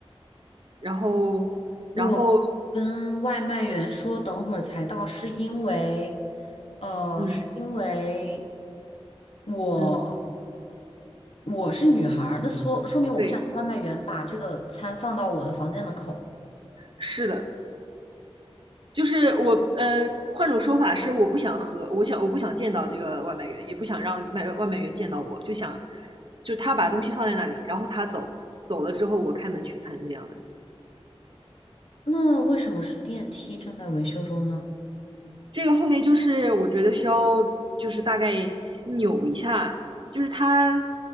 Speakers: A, on the right; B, on the left.
A: 然后，
B: 我
A: 然后，
B: 跟外卖员说等会儿才到，是因为，呃，
A: 嗯
B: 是因为我
A: 嗯，
B: 我是女孩儿，那说说明我不想让外卖员把这个餐放到我的房间门口。
A: 对，是的。就是我呃，换种说法是，我不想和我想我不想见到这个外卖员，也不想让卖外卖员见到我，就想就他把东西放在那里，然后他走走了之后，我开门取餐这样的。
B: 那为什么是电梯正在维修中呢？
A: 这个后面就是我觉得需要就是大概扭一下，就是他